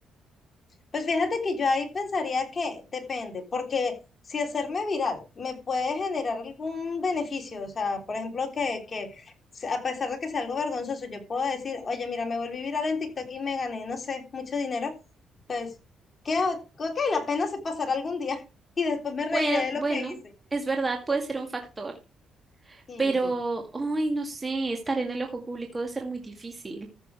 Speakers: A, on the left; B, on the right.
A: Pues fíjate que yo ahí pensaría que depende, porque si hacerme viral me puede generar algún beneficio, o sea, por ejemplo, que, que se- a pesar de que sea algo vergonzoso, yo puedo decir, oye, mira, me volví viral en TikTok y me gané, no sé, mucho dinero, pues, que, ok, la pena se pasará algún día <laughs> y después me reiré
B: Puede,
A: de lo
B: bueno,
A: que hice.
B: es verdad, puede ser un factor,
A: Sí,
B: pero,
A: sí.
B: ay, no sé, estar en el ojo público debe ser muy difícil.